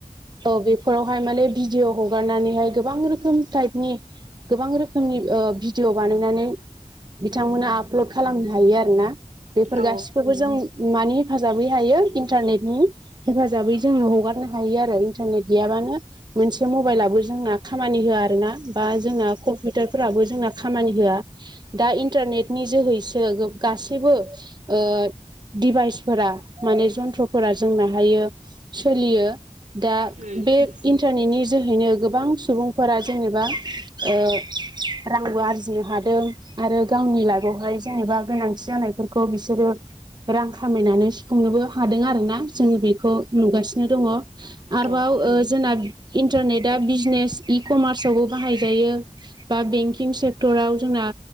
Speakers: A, on the right; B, on the right.
A: औ बेफोरावहाय माने भिडिअ' हगारनानैहाय गोबां रोखोम टाइपनि गोबां रोखोमनि ओ भिडिअ' बानायनानै बिथांमोना आपल'ड खालामनो हायो आरोना बेफोर
B: औ
A: गासिखौबो जों मानि हेफाजाबै हायो इन्टारनेटनि हेफाजाबै जोङो हगारनो हायो आरो इन्टारनेट गैयाबानो मोनसे मबाइलाबो जोंना खामानि होआ आरोना बा जोंना कम्पिउटारफोराबो जोंना खामानि होआ दा इन्टारनेटनि जोहैसो गासैबो ओ दिभाइसफोरा माने जन्थ्रफोरा जोंना हायो सोलियो दा
B: उम औ
A: बे इन्टारनेटनि जोहैनो गोबां सुबुंफोरा जेनेबा ओ रांबो आरजिनो हादों आरो गावनि लाइगआवहाय जेनेबा गोनांथि जानायफोरखौ बिसोरो रां खामायनानै सुफुंनोबो हादों आरोना जोङो बेखौ नुगासिनो दङ आरोबाव
B: औ
A: जोंना इन्टारनेटआ बिजनेस इ कमार्सआवबो बाहायजायो बा बेंकिं सेक्टराव जोंना